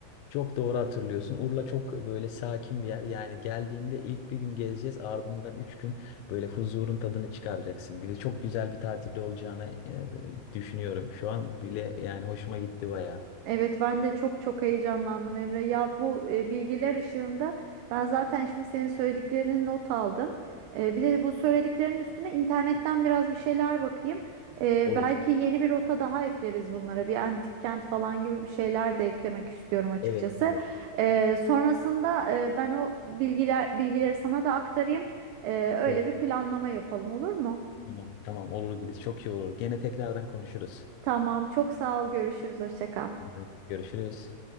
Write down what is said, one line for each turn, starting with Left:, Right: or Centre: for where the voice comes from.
Left: Çok doğru hatırlıyorsun. Urla çok böyle sakin bir yer. Yani geldiğinde ilk bir gün gezeceğiz. Ardından üç gün böyle huzurun tadını çıkaracaksın. Gülis çok güzel bir tatil olacağını e, düşünüyorum. Şu an bile yani hoşuma gitti bayağı.
Right: Evet ben de çok çok heyecanlandım Emre. Ya bu e, bilgiler ışığında ben zaten şimdi senin söylediklerini not aldım. E, bir de bu söylediklerinin üstüne internetten biraz bir şeyler bakayım. E,
Left: Olur.
Right: belki yeni bir rota daha ekleriz bunlara. Bir antik kent falan gibi bir şeyler de eklemek istiyorum açıkçası.
Left: Evet, evet.
Right: E, sonrasında e, ben o bilgiler bilgileri sana da aktarayım. E, öyle
Left: Olur.
Right: bir planlama yapalım olur mu?
Left: Tamam, tamam olur Gülis. Çok iyi olur. Gene tekrardan konuşuruz.
Right: Tamam çok sağ ol görüşürüz hoşça kal.
Left: Evet, Görüşürüz.